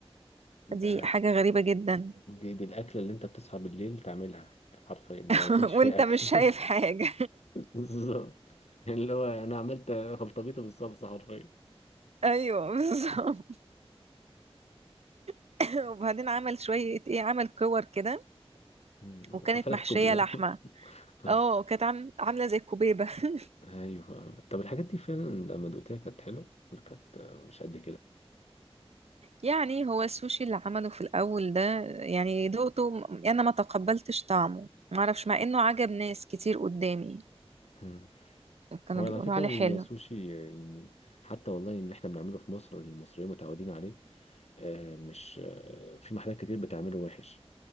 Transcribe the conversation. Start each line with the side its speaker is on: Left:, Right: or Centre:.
Left: ده
Right: دي حاجة غريبة جدا
Left: دي, دي الأكلة اللي أنت بتصحى بالليل تعملها حرفيا لما
Right: <laughs>
Left: يكونش
Right: وانت
Left: فيه أكل
Right: مش شايف
Left: <laughs>
Right: حاجة
Left: بالظبط يعني اللي هو أنا عملت خلطبيطة بالصلصة حرفيا
Right: ايوه بالظبط <laughs> وبعدين عمل شوية ايه عمل كور كده
Left: مم.
Right: وكانت
Left: وفلافل
Right: محشية
Left: كوبيا
Right: لحمة
Left: <laughs>
Right: اه كانت عام- عاملة زي الكوبيبة <laughs>
Left: أيوه طب الحاجات دي فعلا لما دقتها كانت حلوة ولا كانت مش قد
Right: يعني هو السوشي اللي عمله في الأول ده يعني دقته م- أنا ما تقبلتش طعمه معرفش مع إنه عجب ناس كتير قدامي
Left: كده
Right: كانوا
Left: هو
Right: بيقولوا
Left: على فكرة
Right: عليه
Left: السوشي
Right: حلو
Left: آه، يعني حتى والله اللي احنا بنعمله في مصر المصريين متعودين عليه آه، مش آه، في محلات كتير بتعمله وحش